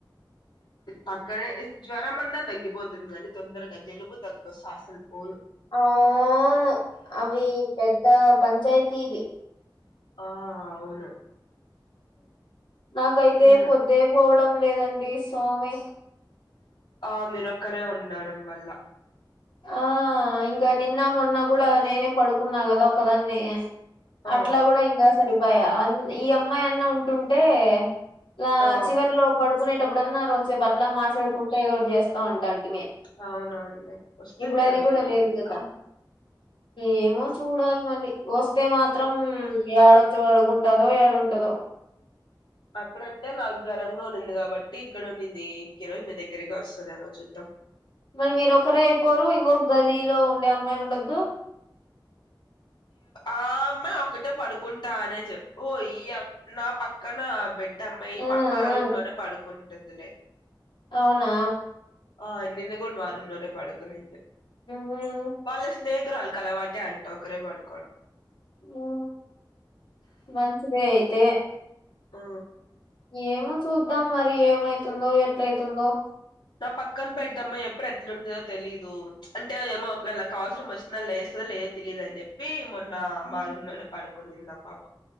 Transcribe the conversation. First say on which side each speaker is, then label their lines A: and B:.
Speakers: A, on the left (about 65°); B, on the left (about 80°).
A: తగ్గనే జ్వరంమన్నా తగ్గిపోతుంది కానీ తొందరగా జలుబు దగ్గొస్తే అసలు పోదు
B: ఆ వ్ అవి పెద్ద పంచాయతీవి
A: ఆ అవును
B: నాకైతే
A: ఉమ్,
B: పొద్దే పోవడం లేదండి సోమి
A: ఆ మీరొక్కరే ఉండడం వల్ల
B: ఆ ఇంకా నిన్న మొన్న కూడా నేనే పడుకున్నా కదా ఒకదాన్ని
A: ఆ
B: అట్లా కూడా ఇంకా సరిపోయా అ ఈ అమ్మాయి అన్న ఉంటుంటే ఇలా
A: ఆ
B: చివరిలో పడుకునేటప్పుడున్నా రెంసేపు అట్లా మాట్లాడుకుంటే ఏదో ఒకటి చేస్తా ఉంటా అంటి మే
A: అవునవునులే వస్తుందేమో
B: ఇప్పుడు అది కూడా
A: ఈ రోజు
B: లేదు
A: ఇంకా
B: కదా ఏమో చూడాలి మళ్ళి వస్తే మాత్రం ఏడొచ్చి పడ్ టదో ఏడుంటదో
A: అప్పుడంటే నాకు జ్వరంగా ఉన్నింది కాబట్టి ఇక్కడ ఉన్నింది ఇంక రోజు మీ దగ్గరికే వస్తదేమో చూద్దాం
B: మళ్ళీ మీరు ఒకరే అయిపోరు ఇంకొక్ గదిలో ఉండే అమ్మాయి ఉండోద్దు
A: ఆ అమ్మె ఒకటే పడుకుంటా అనే చెప్పు ఇయ్ నా పక్కన బిడ్ డ్డమైమా
B: ఆ ఆ
A: రూమ్ లోనే పడుకుంటుందిలే
B: అవునా
A: ఆ నిన్న కూడి మా రూమ్ లోనే పడుకునింది
B: మ్మ్
A: వాళ్ళ స్నేహితురళ్ కలవాటే అంట ఒకరే పడుకోవడం
B: ఆ మంచిదే అయితే
A: ఆ
B: ఏమో చూద్దాం మరి ఏమైతుందో ఎట్లైతుందో
A: నా పక్కన బెడ్డమ్మాయ్ ఎప్పుడు ఎట్లుంటదో తెలీయదు అంటే ఏమో ఒకవేళ నాకు అవసరం వచ్ న లేస్తదో లేదో తెలీయదని చెప్పి మొన్న
B: ఉమ్
A: మా రూమ్ లోనే పడుకునింది ఆ పాప